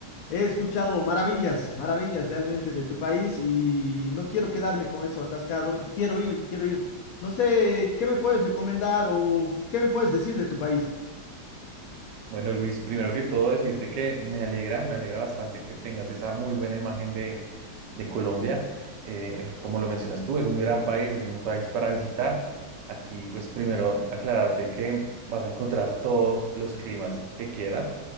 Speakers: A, on the left; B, on the right.
A: He escuchado maravillas, maravillas realmente de tu país y no quiero quedarme con eso atascado. y Quiero ir, quiero ir. No sé, ¿qué me puedes recomendar o qué me puedes decir de tu país?
B: Bueno Luis, primero que todo decirte que me alegra, me alegra bastante que tengas esa muy buena imagen de, de Colombia. Eh, eh, como lo mencionas tú, es un gran país, es un país para visitar. Aquí pues primero aclararte que vas a encontrar todos los climas que quieras.